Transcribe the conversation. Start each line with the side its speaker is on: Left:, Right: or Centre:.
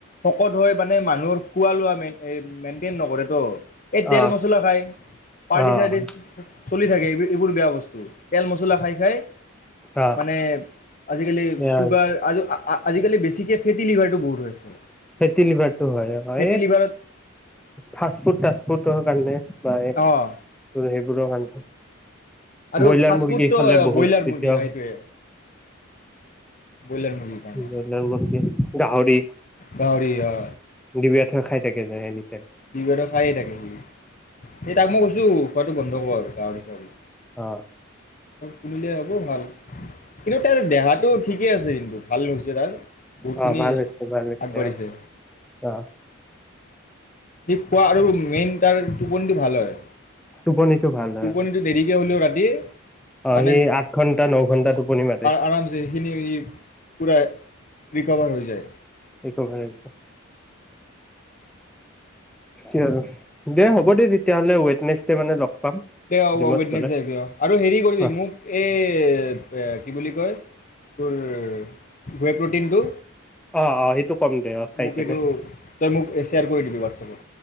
Left: শকত হৈ মানে মানুহোৰ খোৱালোৱা মেই এই মেইনটেইন নকৰে ত। এই তেল
Centre: অ',
Left: মছলা খায়। পাৰ্টি
Centre: অ',
Left: চাৰ্টি চলি থাকে এইবি এইবোৰ বেয়া বস্তু। তেল মচ চুলা খায় খায়।
Centre: অ',
Left: মানে, আজিকালি
Centre: সেয়া
Left: চুগাৰ আজো আ-আ-আজিকালি বেছিকে ফিট ইলিভাৰটো বহুত হৈ আছে।
Centre: ফেটি লিভাৰটো হয় হয়ে,
Left: ফেটি লিভাৰত
Centre: ফাষ্ট ফুড টাষ্ট ফুড তৰ কাৰনে। পায় তোৰ
Left: অঁ
Centre: সেইবোৰৰ কাৰনে,
Left: আৰু
Centre: ব্ৰইলাৰ
Left: ফাষ্টফুডটো
Centre: মুৰ্গী খালে বহুত
Left: ব্ৰইলাৰ
Centre: তেতিয়াও।
Left: মুৰ্গী সেইটোৱে ব্ৰইলাৰ মুৰ্গীৰ কাৰণে
Centre: ব্ৰইলাৰ মুৰ্গী, গাহৰি।
Left: ডাৱৰীয়া।
Centre: ব্যৰ্থ খাই থাকে যে এমিত।
Left: বিগৰ খায়ে থাকে সি। সে তাক মই কছো। খোৱাটো বন্ধ কৰ আৰু গাৱৰি চাৱৰি।
Centre: আ
Left: <unintelligible> লে হ'ব ভাল? কিন্তু তাৰ দেহাটোত ঠিকে আছে কিন্তু, ভাল লহছে। জৰাল বহুতখিনি
Centre: অ', ভাল হৈছে ভাল হৈছে
Left: আগবাঢ়িছে।
Centre: অ', অ',
Left: সি খোৱা আৰু মেইন তাৰ টোপনিটো ভাল হয়।
Centre: টোপনিটো ভাল হয়
Left: টোপনিটো
Centre: অ',
Left: দেৰিকে হলেও ৰাতি, মানে
Centre: সি আঠ ঘন্টা ন ঘন্টা টোপনি মাৰে
Left: আ-আৰামচে সেইখিনি পুৰা ৰি কভাৰ হৈ যায়
Centre: এই কো ভছে, স আৰু দে হ'ব দে তেতিয়াাহ'লে ৱটনেচ মানে লগ, পাম
Left: দে অ
Centre: জিমত
Left: ব উৱইটনেছে
Centre: গ'লে
Left: অ আৰু হেৰি কৰিবি
Centre: অ
Left: মোক এই কি বুলি কয় তোৰ, গৈ প্ৰ'টিনটো
Centre: অ অ সেইটো কম দে অ চাই
Left: মোক
Centre: কেনে
Left: এইটো তই মোক শ্বেয়াৰ কৰি দিবি হোৱাটছএপত